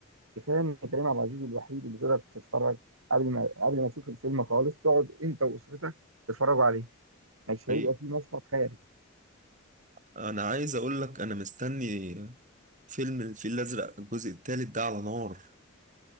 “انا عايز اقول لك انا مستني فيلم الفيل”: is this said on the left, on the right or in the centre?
Right